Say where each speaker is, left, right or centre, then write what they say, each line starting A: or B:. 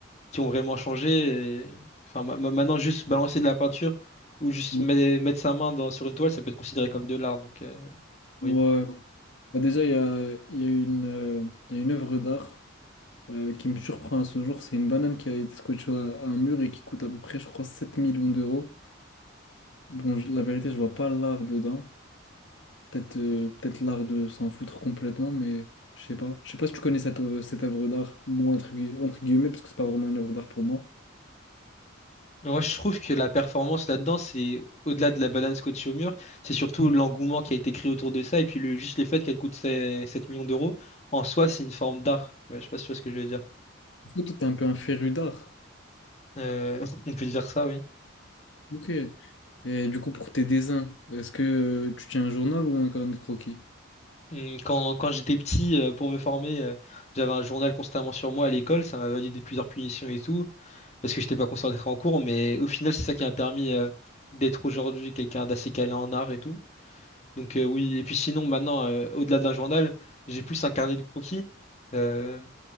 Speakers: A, on the left; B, on the left.
A: qui ont vraiment changé. et- Enfin, ma- ma- maintenant, juste balancer de la peinture ou juste
B: Ouais.
A: met- mettre sa main dans, sur une toile, ça peut être considéré comme de l'art. Donc, euh, oui,
B: Ouais.
A: pourquoi
B: Bah, déjà, il y a, il y a une, euh, il y a une œuvre d'art. euh, qui me surprend à ce jour, c'est une banane qui a été scotchée à à un mur et qui coûte à peu près, je crois, 7 millions d'euros. Bon, je- la vérité, je vois pas l'art dedans. Peut-être euh, peut-être l'art de s'en foutre complètement, mais je sais pas. Je sais pas si tu connais cette, euh, cette œuvre d'art, moi, entre, gui- entre guillemets, parce que c'est pas vraiment une œuvre d'art pour moi.
A: Moi, je trouve que la performance là-dedans, c'est au-delà de la balance coachée au mur, c'est surtout
B: Du
A: l'engouement qui a été créé autour de ça, et puis le, juste le fait qu'elle coûte sept 7 millions d'euros, en soi, c'est une forme d'art. Ouais, Je sais pas si tu vois ce que je veux dire.
B: coup, toi, t'es un peu un féru d'art.
A: Euh, <laughs> on peut dire ça, oui.
B: Ok. Et du coup, pour tes dessins, est-ce que euh, tu tiens un journal ou un carnet de croquis?
A: Hum, Quand, quand j'étais petit, euh, pour me former, euh, j'avais un journal constamment sur moi à l'école, ça m'a validé plusieurs punitions et tout, parce que j'étais pas concentré en cours, mais au final, c'est ça qui m'a permis, euh, d'être aujourd'hui quelqu'un d'assez calé en art et tout. Donc euh, oui, et puis sinon maintenant, euh, au-delà de la journal, j'ai plus un carnet de croquis euh,